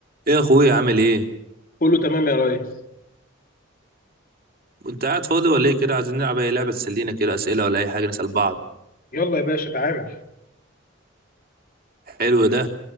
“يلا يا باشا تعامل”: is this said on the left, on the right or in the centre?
Left